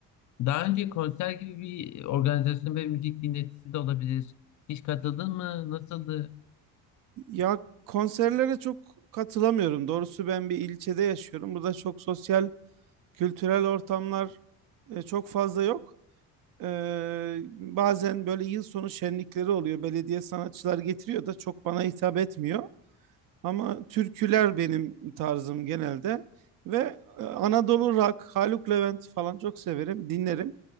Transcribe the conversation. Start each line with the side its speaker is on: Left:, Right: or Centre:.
Left: daha önce konser gibi bir organizasyon ve müzik dinletisi de olabilir. Hiç katıldın mı? Nasıldı?
Right: Ya konserlere çok katılamıyorum. Doğrusu ben bir ilçede yaşıyorum. Burada çok sosyal, kültürel ortamlar e, çok fazla yok. Ee, bazen böyle yıl sonu şenlikleri oluyor. Belediye sanatçılar getiriyor da çok bana hitap etmiyor. Ama türküler benim tarzım genelde. Ve e, Anadolu rock, Haluk Levent falan çok severim, dinlerim.